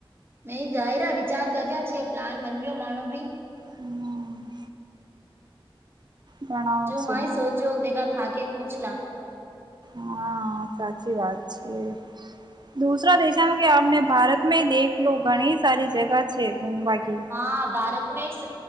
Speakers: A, on the right; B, on the right.
A: નહી જહેરા વિચાર કર્યા છે પ્લાન બન્યો માણો ભી.
B: હમ. ઘણાઓ
A: <unintelligible>
B: છે. હા સાચી વાત છે. દુસરા દેશામાં કે આપને ભારતમાં દેખ લો ઘણી સારી જગા છે ઘુમવાથી.
A: હા ભારતમાં